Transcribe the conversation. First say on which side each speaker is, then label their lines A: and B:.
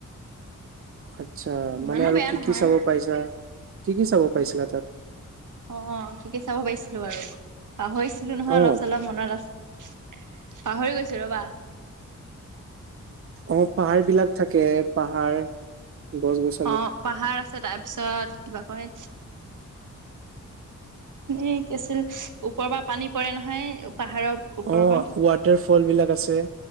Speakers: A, on the right; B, on the right.
A: আচ্ছা,
B: ইমানো
A: মানে আৰু
B: বেয়া
A: কি
B: নহয়
A: কি চাব পাইছা, কি কি চাব পাইছিলা তাত?
B: অ, কি কি চাব পাৰিছিলো বাৰু, পাহৰিছিলো নহয়
A: অ',
B: অলপ চলপ মনত আ পাহৰি গৈছো ৰ'বা।
A: অ পাহাৰবিলাক থাকে পাহাৰ। গছ গছ।
B: অ পাহাৰ আছে তাৰপিছত, কিবা কয় এ কি আছিল, ওপৰৰ পৰা পানী পৰে নহয় পাহাৰৰ ওপৰৰ
A: অ
B: পৰা
A: ৱাটাৰ ফলবিলাক আছে।